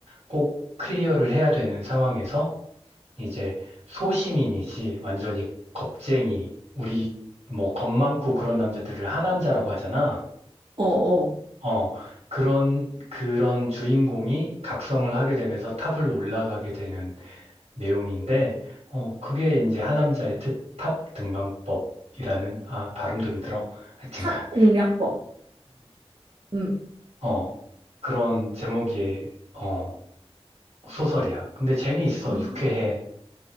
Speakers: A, on the right; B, on the right.
A: 꼭 클리어를 해야 되는 상황에서 이제 소시민이지 완전히 겁쟁이 우리 뭐 겁 많고 그런 남자들을 하남자라고 하잖아.
B: 어어.
A: 어 그런 그런 주인공이 각성을 하게 되면서 탑을 올라가게 되는 내용인데 어 그게 이제 하남자의 트, 탑 등반법이라는 아 발음도 힘들어 하여튼간
B: 탑 공략법. 음.
A: 음어 그런 제목의 어 소설이야. 근데 재미있어
B: 아.
A: 유쾌해.